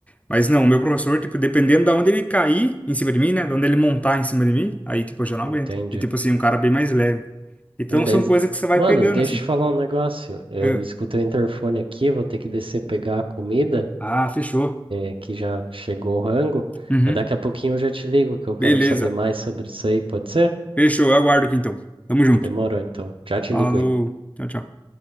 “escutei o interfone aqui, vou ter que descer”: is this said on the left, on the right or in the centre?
Right